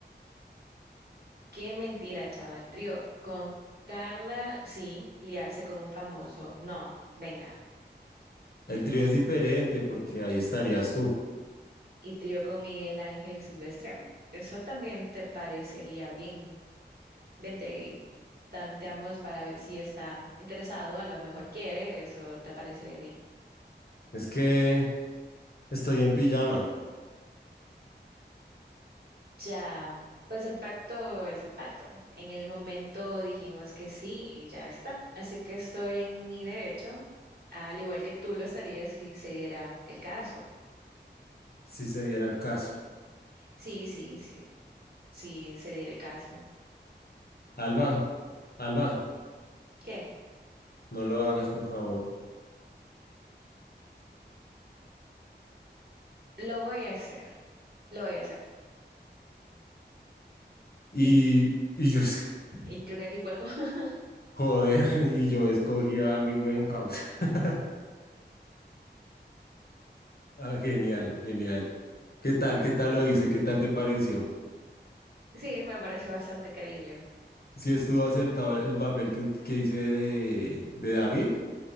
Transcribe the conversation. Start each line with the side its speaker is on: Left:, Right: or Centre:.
Right: Qué mentira, chaval. Trío, con Carla, sí, liarse con un famoso, no, venga.
Left: el trío es diferente porque ahí estarías tú.
Right: Y trío con Miguel Ángel Silvestre, eso también te parecería bien. Vente y tanteamos para ver si está interesado, a lo mejor quiere, eso te parecería bien.
Left: Es que estoy en pijama,
Right: Ya, pues el pacto es el pacto. En el momento dijimos que sí y ya está. Así que estoy en mi derecho, al igual que tú lo estarías si se diera el caso.
Left: si se diera el caso.
Right: Sí, sí, sí. si se diera el caso.
Left: Alba, Alba,
Right: ¿Qué?
Left: no lo hagas, por favor.
Right: Lo voy a hacer, lo voy a hacer.
Left: Y,
Right: Y,
Left: y yo, es-
Right: y creo que aquí cuelgo. <laughs>
Left: <laughs> joder, y yo escogí a mi buen house. <laughs> Ah, genial, genial. ¿Qué tal? ¿Qué tal lo hice? ¿Qué tal te pareció?
Right: Sí, me parece bastante creíble.
Left: Si estuvo acertado el papel que, ut- que hice de, de David,